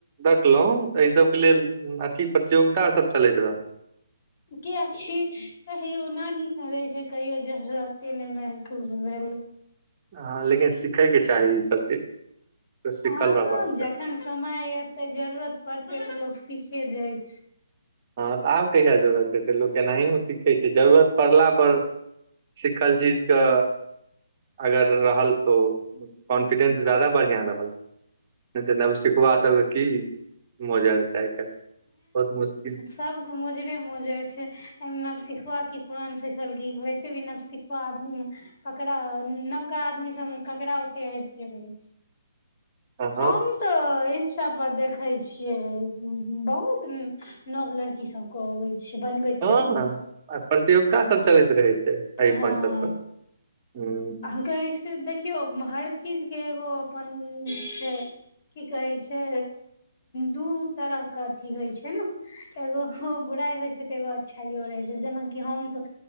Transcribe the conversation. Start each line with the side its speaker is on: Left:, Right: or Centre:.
Right: देखलहुँ एहि सबके लेल प्रतियोगिता सब चलैत रहल
Left: कियाकि कहियो नानी करै छै कहियो जरूरते ने मेहसूस भेल
Right: हँ लेकिन सिखयके चाही ईसभ चीज त सिखल
Left: हँ
Right: रहबाक
Left: जखन
Right: चाही
Left: समय एते जरूरत पड़तै तऽ लोग सिखे जाइ छै
Right: हँ तऽ आब कहिया जरूरत हेतै लोक एनाहि मे सीखै छै जरूरत पड़ला पर सिखल चीज क अगर रहल तो कॉन्फिडेंस जायदा बढ़िआं रहल नहि तऽ नव सिखबा सबके की मोजर छै आइ काल्हि बहुत मुश्
Left: सब मोजरे मोजर छै ए में नव सिखुवा की पुरान सिखल कि वैसे भी नव सिखुवा आदमी ककरा नवका आदमी सबमे ककरा ओते अबिते रहै छै
Right: हँ
Left: हम तऽ इंस्टा पर देख ॏ छियै बहुत नव लड़की सब के अबै बनबै
Right: हँ आ प्रतियोगिता सब चलैत रहै छै अरिपन
Left: हँ
Right: सब पर ह
Left: हम कहै छै देखियौ हर चीजके एगो अपन छै की कहे छै दू तरह क अथी होइ छै ने एगो ओ बुढ़ाइ होइ छै त एगो अच्छाइयो रहे छै जेनाकि हम तो